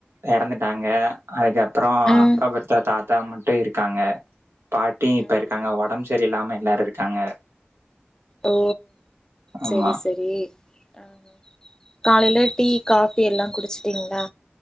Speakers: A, on the right; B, on the left.
A: இறந்துட்டாங்க அதுக்கப்பற
B: ம்
A: அப்பா பெத்த தாத்தா மட்டு இருக்காங்க பாட்டியு இப்ப
B: ம்ஹும்
A: இருக்காங்க உடம்பு சரி இல்லாம எல்லாரு இருக்காங்க
B: ஓ
A: ஆமா
B: செரி செரி ஆ காலைல டீ காஃபி எல்லா குடிச்சிடீங்ளா